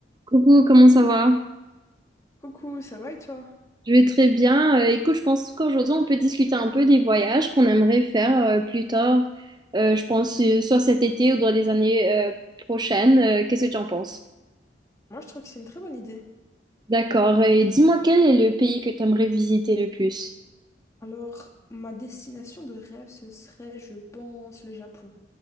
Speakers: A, on the right; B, on the left.
A: Coucou, comment ça va?
B: Coucou, ça va et toi?
A: Je vais très bien. Euh, écoute, je pense qu'aujourd'hui, on peut discuter un peu des voyages qu'on aimerait faire euh, plus tard. Euh, je pense euh, soit cet été ou dans les années euh, prochaines. Euh, qu'est-ce que tu en penses?
B: Moi, je trouve que c'est une très bonne idée.
A: D'accord. Et dis-moi, quel est le pays que tu aimerais visiter le plus?
B: Alors, ma destination de rêve, ce serait, je pense, le Japon.